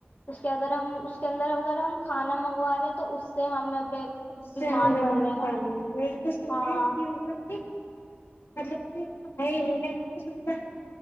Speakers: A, on the left; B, on the left.
A: اس کے اگر ہم اس کے اندر اگر ہم کھانا منگوا رہے ہیں تو اس سے ہمیں
B: اس
A: بیمار
B: سے ححمدم
A: پڑ رہے ہیں
B: میں تو سننا
A: ہاں
B: ہے کہ مطلب کہ مطلب کہ ہےم کی سھا